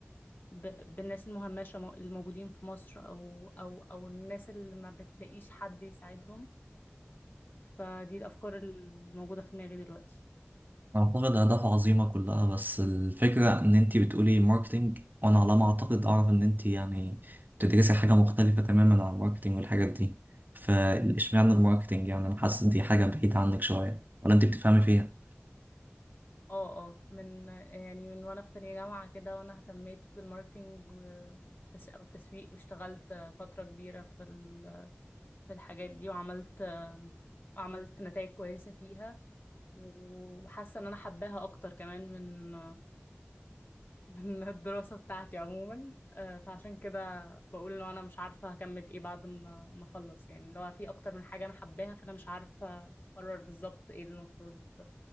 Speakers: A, on the left (about 45°); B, on the right (about 45°).
A: ب... بالناس المهمشه المو- الموجودين في مصر او او او الناس اللي ما بتلاقيش حد يساعدهم فدي الافكار الموجوده في دماغي دلوقتي
B: أعتقد أهداف عظيمة كلها بس الفكرة إن أنتي بتقولي ماركتينج وأنا على ما أعتقد أعرف إن أنتي يعني بتدرسي حاجة مختلفة تماما عن الماركتينج والحاجات دي فإشمعنى
A: اه
B: الماركتينج يعني أنا حاسس إن دي حاجة بعيدة عنك شوية ولا أنتي بتفهمي فيها؟
A: اه من يعني من وانا في تانية جامعة كده وانا اهتميت بالماركتينج والتس- او التسويق واشتغلت فترة كبيرة في ال- في الحاجات دي وعملت وعملت نتائج كويسة فيها وحاسة ان انا حباها اكتر كمان من من الدراسة بتاعتي عموما آه، فعشان كده بقول انه انا مش عارفة هكمل ايه بعد ما ما اخلص يعني لو في اكتر من حاجة انا حباها فانا مش عارفة اقرر بالظبط ايه اللي المفروض